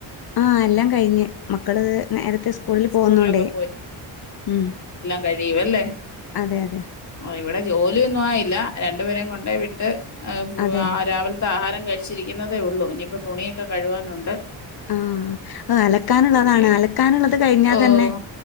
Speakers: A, on the left; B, on the left.
A: ആ എല്ലാം കഴിഞ്ഞ്. മക്കള് നേരത്തെ സ്കൂളില്
B: സ്കൂളിലൊക്കെ
A: പോവുന്നോണ്ടേ ഉം.
B: കഴിവല്ലേ
A: അതെ അതെ
B: ഇവടെ ജോലിയൊന്നു ആയില്ല രണ്ടുപേരേം കൊണ്ടയ്‌ വിട്ട് ആ
A: അതെ
B: രാവിൽത്തെ ആഹാരം കഴിച്ചിരിക്കുന്നതേ ഒള്ളൂ. ഇനിയിപ്പോ തുണിയൊക്ക കഴുവാനുണ്ട്.
A: ആഹ് അലക്കാനുള്ളതാണ്
B: ജോലിയുണ്ട്
A: അലക്കാനുള്ളത് കഴിഞ്ഞ
B: ഓ
A: തന്നെ